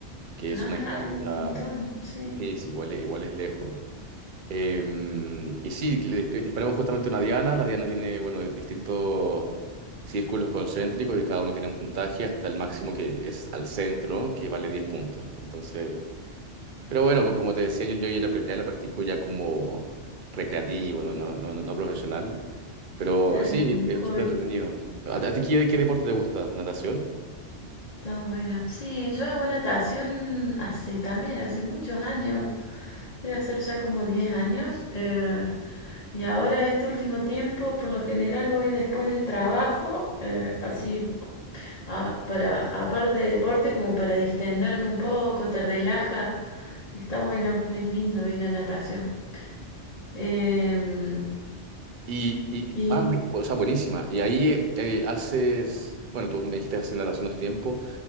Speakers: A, on the right; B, on the left.
A: que
B: Ah,
A: es una distancia...
B: hay un montón, sí,
A: Sí, sí, igual, es- igual es lejos. Eh, y sí, le dis- disparamos justamente una diana. La diana tiene, bueno, distintos círculos concéntricos y cada uno tiene un puntaje hasta el máximo que es al centro, que vale 10 puntos. Entonces, pero bueno, co- como te decía, yo, yo ya, lo, prac- ya lo practico ya como recreativo, no, no, no, no profesional. Pero
B: claro,
A: sí,
B: como un
A: es
B: hobby.
A: súper entretenido. ¿A, a ti qué, qué deporte te gusta? ¿Natación?
B: Está bueno. Sí, yo hago natación hace también, hace muchos años. Debe hacer ya como 10 años. eh, y ahora este último tiempo, por lo general, voy después del trabajo, eh, así, a- para, aparte de deporte, como para distenderme un poco, te relajas. Está bueno, es lindo ir a natación. Em,
A: Y, y
B: y,
A: ah, bu- o sea, buenísima. Y ahí eh, haces, bueno, tú me dijiste que haces natación hace tiempo.